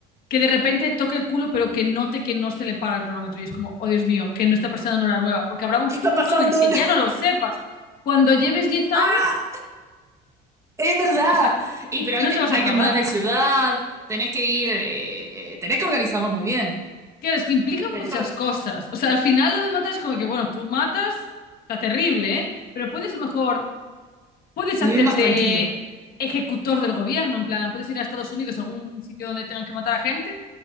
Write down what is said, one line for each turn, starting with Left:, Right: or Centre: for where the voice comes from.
Left: que de repente toque el culo, pero que note que no se le para el cronómetro. Y es como, oh Dios mío, que no está pasando una hora nueva. Porque habrá un
Right: ¿qué está
Left: punto
Right: pasando?
Left: en el que
Right: <laughs>
Left: ya no lo sepas. Cuando lleves 10 años,
Right: ¡Ah! ¡Es verdad!
Left: no te vas a,
Right: Y pero
Left: no
Right: ahí te,
Left: te vas a
Right: ahí
Left: acordar.
Right: te mudás de ciudad, tenés que ir, eh, eh, tenés que organizarlo muy bien,
Left: Claro, es que implica
Right: tenés
Left: muchas
Right: que or-
Left: cosas. O sea, al final lo de matar es como que, bueno, tú matas, está terrible, ¿eh? Pero puedes a lo mejor, puedes
Right: vivir
Left: hacerte
Right: más tranquilo.
Left: ejecutor del gobierno, en plan, puedes ir a Estados Unidos, a algún sitio donde tengan que matar a gente,